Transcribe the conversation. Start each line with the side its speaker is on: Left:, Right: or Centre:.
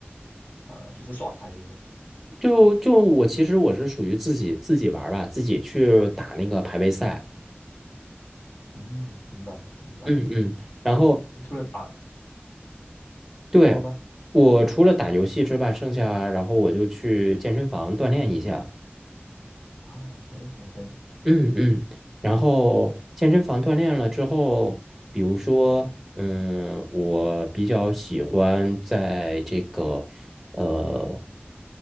Left: 呃就是刷排名呢？
Centre: 就就我其实我是属于自己自己玩儿吧，自己去打那个排位赛。
Left: 嗯，明白明白。
Centre: 嗯嗯，然后
Left: 除了打，
Centre: 对，
Left: 说吧。
Centre: 我除了打游戏之外，剩下然后我就去健身房锻炼一下。
Left: 啊，OK OK
Centre: 嗯嗯，然后健身房锻炼了之后，比如说，嗯，我比较喜欢在这个呃，